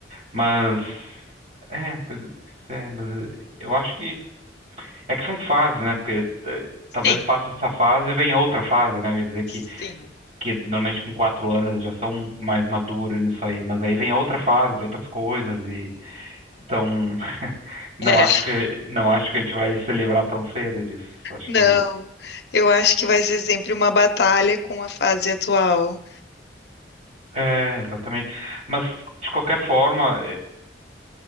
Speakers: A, on the right; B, on the left.
A: Mas, é, pois é, mas eu acho que, é que são fases, né? Porque eh,
B: Sim,
A: talvez passe essa fase e vem outra fase, né? Eu ia dizer
B: sim.
A: que, que normalmente com quatro anos já são mais maduros nisso aí, mas aí vem outra fase de outras coisas e Então, <laughs> não
B: É.
A: acho que não acho que a gente vai se livrar tão cedo disso. Acho
B: Não,
A: que
B: eu acho que vai ser sempre uma batalha com a fase atual.
A: é, exatamente. Mas de qualquer forma, é,